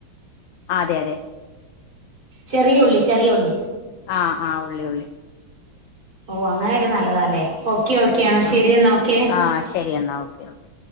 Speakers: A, on the left; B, on the right.
A: അതെ അതെ
B: ചെറിയ ഉള്ളി ചെറിയ ഉള്ളി
A: ആഹ് ആഹ് ഉള്ളി ഉള്ളി
B: ഓഹ് അങ്ങനെയിട്ടാ നല്ലതാല്ലേ ഓക്കെ ഓക്കെ എന്നാ ശരിയന്നാ
A: ആഹ്
B: ഓക്കെ
A: ആഹ് ശരി എന്നാ ഓ ക്കെ ഓക്കെ